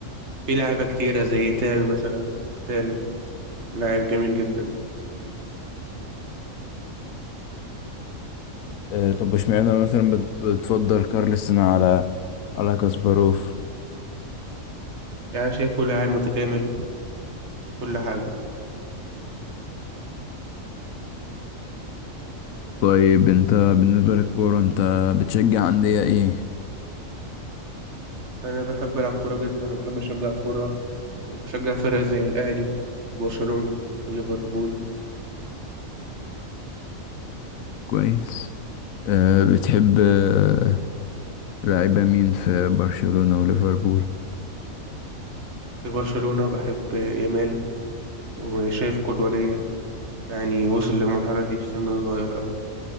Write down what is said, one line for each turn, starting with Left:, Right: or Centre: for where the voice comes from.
Right: في لاعيبه كتيره زي تال مثلا تال لاعب جميل جدا
Left: آه، طب واشمعنى مثلا بت- بتفضل كارلسن على على كاسباروف
Right: يعني شايفه لاعب متكامل في كل حاجه
Left: طيب انت بالنسبة للكورة انت بتشجع أندية ايه؟
Right: انا بحب العب كوره جدا وبحب اشجع كوره وبشجع فرق زي الاهلي وبرشلونه وليفربول
Left: كويس أه بتحب آه، لعيبة مين في برشلونة وليفربول؟
Right: في برشلونه بحب يامال وشايف قدوه ليا يعني وصل للمرحله دي في سن صغير أوي